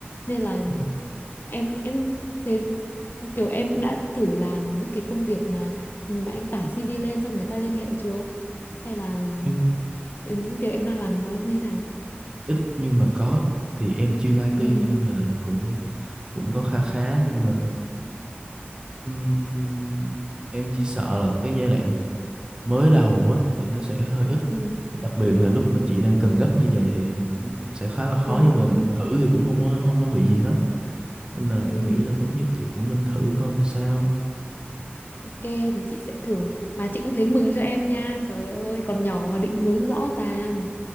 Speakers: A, on the left; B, on the right.
A: nên là
B: Ừ.
A: em em thế kiểu em đã thử làm những cái công việc mà mà em tải CV lên xong người ta liên hệ chưa hay là
B: Em
A: ừ, những việc em đang làm nó như nào
B: ít nhưng mà có thì em chuyên IT
A: ừ
B: cho nên là cũng cũng có kha khá nhưng mà ừm, em chỉ sợ là cái giai đoạn mới đầu á thì nó sẽ hơi ít
A: ừ
B: đặc biệt là lúc mà chị đang cần gấp như vậy thì cũng sẽ khá là khó
A: ờ,
B: nhưng mà mình thử thì cũng không có không có bị gì hết nên là em
A: ừ
B: nghĩ là tốt nhất chị cũng nên thử coi làm sao
A: ok thì chị sẽ thử mà chị cũng thấy mừng cho em nha trời ơi còn nhỏ mà định hướng rõ ràng